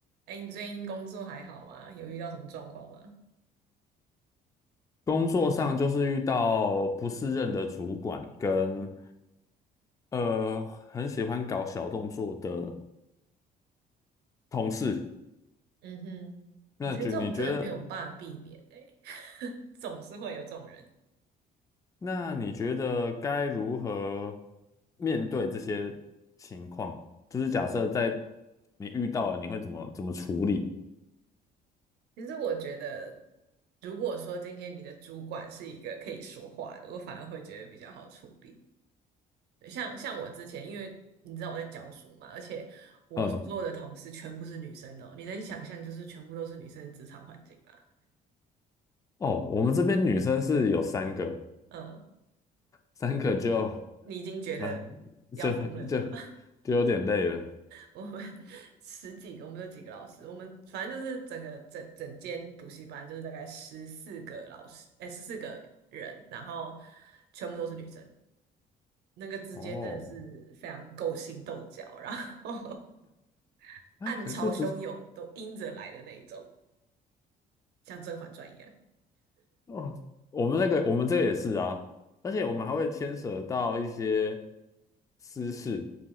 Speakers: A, on the right; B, on the left.
A: 哎，你最近工作还好吗？有遇到什么状况吗？
B: 工作上就是遇到不适任的主管跟呃很喜欢搞小动作的同事，
A: 嗯哼，
B: 那就你觉得，
A: 我觉得这种真的没有办法避免哎，<laughs> 总是会有这种人。
B: 那你觉得该如何面对这些情况？就是假设在你遇到了，你会怎么怎么处理？
A: 其实我觉得，如果说今天你的主管是一个可以说话的，我反而会觉得比较好处理。对像像我之前，因为你知道我在教书嘛，而且我所有的同事全部是女生哦，
B: 嗯，
A: 你能想象就是全部都是女生的职场环境吗？
B: 哦，我们这边女生是有三个，
A: 嗯，
B: 三个就
A: 你已经觉得
B: 那、
A: 要疯了是吧？
B: 就就就有点累了。
A: 我们 <laughs> 十几个，我们有几个老师，我们反正就是整个整整间补习班就是大概十四个老师，哎，十四个人，然后全部都是女生，那个之间真的是非常勾心斗角，
B: 哦，
A: 然后 <laughs>
B: 哎，
A: 暗潮汹涌，
B: 可是不是。
A: 都阴着来的那一种，像《甄嬛传》一样。
B: 哦，我们那个我们这个也是啊，而且我们还会牵扯到一些私事，